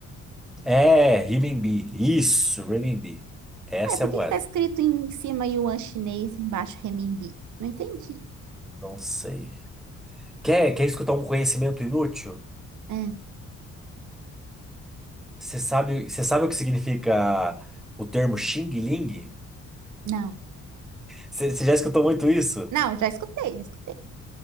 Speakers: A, in the centre; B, on the right.
A: É, renminbi. Isso, renminbi. Essa
B: Ué, por
A: é a
B: que
A: moeda.
B: que tá escrito em cima Yuan chinês e embaixo renminbi? Não entendi.
A: Não sei. Quer, quer escutar um conhecimento inútil?
B: Hã,
A: Você sabe, você sabe o que significa o termo Xing Ling?
B: não.
A: Você você já escutou muito isso?
B: Não, já escutei, já escutei.